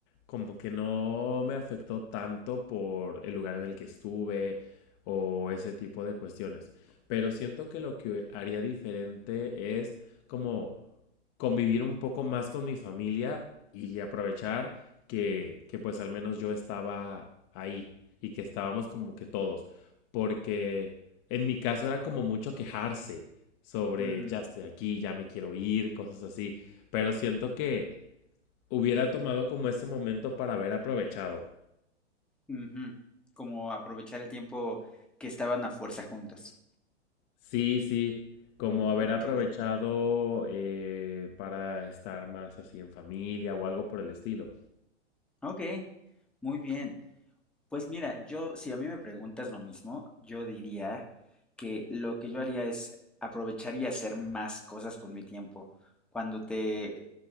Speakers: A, on the left; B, in the centre.
A: como que no me afectó tanto por el lugar en el que estuve o ese tipo de cuestiones. Pero siento que lo que haría diferente es como convivir un poco más con mi familia y aprovechar que, que pues al menos yo estaba ahí y que estábamos como que todos. Porque en mi caso era como mucho quejarse sobre
B: Mm,
A: ya estoy aquí, ya me quiero ir, cosas así pero siento que hubiera tomado como ese momento para haber aprovechado.
B: ujú. Como aprovechar el tiempo que estaban a fuerza juntos.
A: Sí, sí, como haber
B: Ok,
A: aprovechado eh, para estar más así en familia o algo por el estilo.
B: ok, muy bien. Pues mira, yo, si a mí me preguntas lo mismo, yo diría que lo que yo haría es aprovechar y hacer más cosas con mi tiempo. Cuando te,